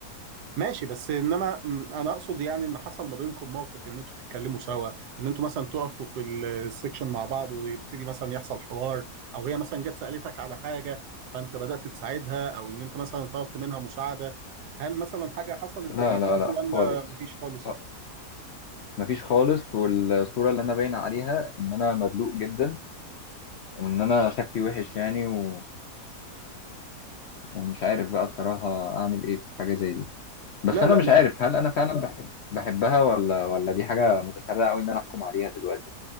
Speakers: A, on the right (about 80°); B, on the left (about 65°).
A: ماشي بس انما م- انا اقصد يعني ان حصل ما بينكم موقف ان انتوا تتكلموا سوا ان انتوا مثلا تقفوا في السكشن مع بعض ويبتدي مثلا يحصل حوار او هي مثلا جت سألتك على حاجة فانت بدأت تساعدها او ان انت مثلا طلبت منها مساعدة هل مثلا حاجة حصلت
B: لا
A: زي دي
B: لا لا
A: ولا
B: خالص
A: مفيش خالص؟
B: آه، مفيش خالص والصورة اللي أنا باين عليها إن أنا مدلوق جدا وان انا شكلي وحش يعني و... ومش عارف بقى بصراحة اعمل ايه في حاجة زي دي بس
A: لا
B: انا
A: لا
B: مش
A: ما
B: عارف هل انا فعلا بحب بحبها ولا ولا دي حاجة متسرعة قوي ان انا احكم عليها دلوقتي